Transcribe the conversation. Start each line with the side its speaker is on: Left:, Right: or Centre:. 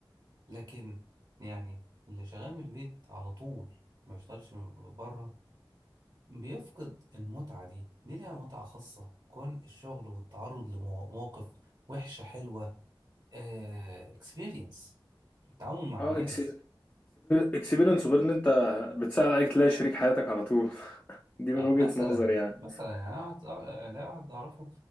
Right: لكن يعني اللي شغال من البيت على طول ما بيشتغلش من بره بيفقد المتعة دي دي ليها متعة خاصة كون الشغل والتعرض لمواقف وحشة حلوة اكسبيرينس التعامل مع
Left: اه
Right: الناس
Left: اكس اكسبيرينس غير ان انت بتسهل عليك تلاقي شريك حياتك على طول <laughs> دي من
Right: آه،
Left: وجهة
Right: مثلا
Left: نظري يعني
Right: مثلا يعني انا واحد آه، يعني أنا واحد اعرفه